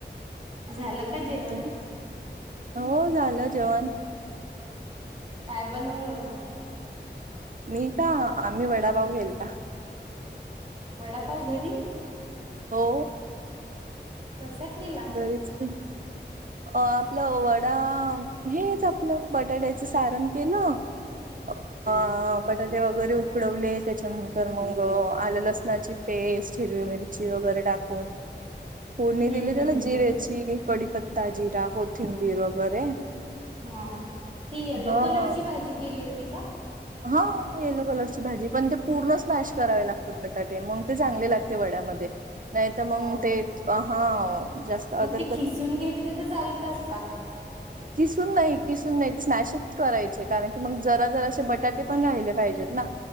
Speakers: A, on the right; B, on the right.
A: झालं का जेवण
B: ते हो झालं जेवण.
A: काय बनवलं होतं?
B: मी का आम्ही वडापाव केलता.
A: वडापाव घरी.
B: हो
A: कसा केला
B: घरीच केलता अ आपलं वडा, हेच आपलं बटाट्याचं सारण केल ह हा बटाटे वगैरे उकडवले त्याच्यानंतर मग आलं लसणाची पेस्ट हिरवी मिरची वगैरे टाकु कोण कोण
A: हम्म
B: दिली त्याला
A: हम्म हम्म
B: जिरेची कडीपत्ता जिरा कोथिंबीर वगैरे.
A: हा हा, ती येलो
B: हा
A: कलरची भाजी केली होती का?
B: हा येलो कलरची भाजी, पण ते पूर्ण स्मॅश करावे लागतात बटाटे. मग ते चांगले लागते वड्यामध्ये. नाही तर मग
A: हो
B: ते
A: का
B: हम जास्त अदर
A: मग ते खिसून घेतले तर चालतात का?
B: खिसून नाही खिसून नाही ते स्नॅशच करायचे कारण की मग जरा जरा बट बटाटे पण राहिले पाहिजेत ना